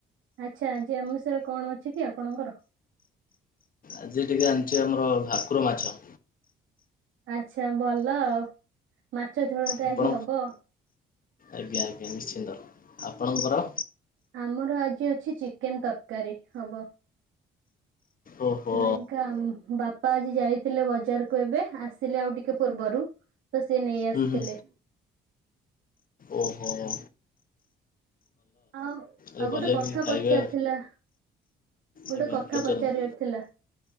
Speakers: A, on the right; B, on the left.
A: ଆଚ୍ଛା ଆଜି ଆମିଷରେ କଣ ଅଛି କି ଆପଣଙ୍କର?
B: ଆଜି ଟିକେ ଆଣିଚି ଆମର ଭାକୁର ମାଛ।
A: ଆଚ୍ଛା ଭଲ ଆଉ ମାଛ ଝୋଳ ଟେ
B: ଆପଣ
A: ଆଜି ହବ।
B: ଆଜ୍ଞା ଆଜ୍ଞା ନିଶ୍ଚିନ୍ତ। ଆପଣଙ୍କର
A: ଆମର ଆଜି ଅଛି ଚିକେନ ତରକାରୀ ହବ।
B: ଓହୋ
A: ସେଥିପାଇଁକା ବାପା ଆଜି ଯାଇଥିଲେ ବଜାରୁକୁ ଏବେ ଆସିଲେ ଆଉ ଟିକେ ପୂର୍ବରୁ। ତ ସିଏ ନେଇ ଆସିଥିଲେ।
B: ହୁଁ ହୁଁ ଓହୋ।
A: ଆଉ
B: ଏ
A: ଆଉ ଗୋଟେ
B: ଭଲ
A: କଥା
B: କି ଖାଇବା
A: ପଚାରିଥିଲା। ଗୋଟେ
B: ଆଜ୍ଞା
A: କଥା
B: ପଚାରନ୍ତୁ
A: ପଚାରିବାର ଥିଲା।